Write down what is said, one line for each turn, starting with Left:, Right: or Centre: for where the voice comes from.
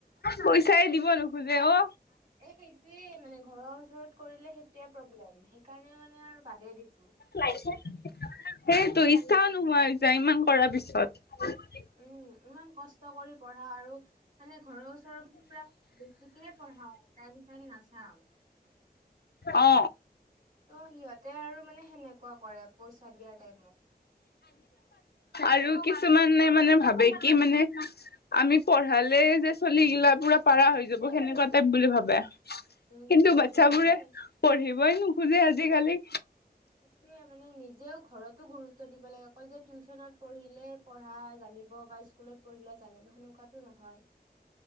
Left: পইচাই দিব নোখোজে অ
Right: এ সেইটোৱে মানে ঘৰৰ ওচৰত কৰিলে সেইটোয়ে প্ৰব্লেম সেইকাৰণে মানে আৰু বাদেই দিছো
Left: লাইন চাইন সেইটোৱে ইচ্ছাও নোহোৱা হৈ যায় ইমান কৰাৰ পিছত
Right: উম ইমান কষ্ট কৰি পঢ়াও আৰু মানে ঘৰৰ ওচৰ বুলি পুৰা মানে বেছিকে পঢ়াও টাইম চাইম নাচাও
Left: অ
Right: ত' সিহঁতে আৰু মানে সেনেকুৱা কৰে পইচা দিয়াৰ টাইমত।
Left: আৰু কিছুমানে মানে ভাবে কি মানে আমি পঢ়ালে যে চলিগিলা পুৰা পাৰা হৈ যাব সেনেকুৱা টাইপ বুলি
Right: উম,
Left: ভাবে কিন্তু
Right: উম, উম,
Left: বাচ্ছাবোৰে
Right: সেইটোয়ে।
Left: পঢ়িবই নোখোজে আজিকালি।
Right: সেইটোয়ে মানে নিজেও ঘৰতো গুৰুত্ব দিব লাগে অকল যে টিউচনত পঢ়িলে পঢ়া জানিব বা স্কুলত পঢ়িলে জানিব সেনেকুৱাটো নহয়।